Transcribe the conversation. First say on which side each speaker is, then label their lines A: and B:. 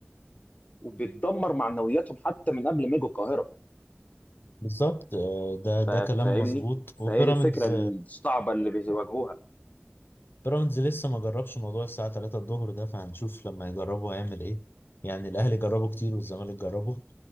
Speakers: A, on the left (about 35°); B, on the left (about 60°).
A: وبتدمر معنوياتهم حتى من قبل ما يجوا القاهرة
B: بالظبط آه، ده ده
A: فا-
B: كلام
A: فاهمني؟
B: مظبوط
A: فهي
B: وبيراميدز
A: دي الفكرة الصعبة اللي بيواجهوها
B: بيراميدز لسه ما جربش موضوع الساعة 3 الظهر ده فهنشوف لما يجربوا هيعمل ايه يعني الأهلي جربه كتير والزمالك جربه